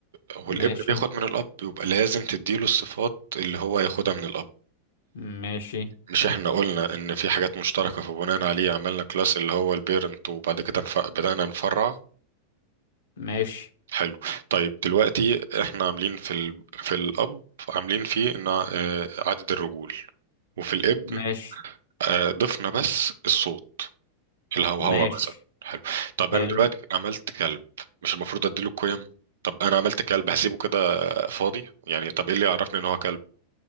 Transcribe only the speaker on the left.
ماشي
ماشي
ماشي
ماشي
ماشي
حلو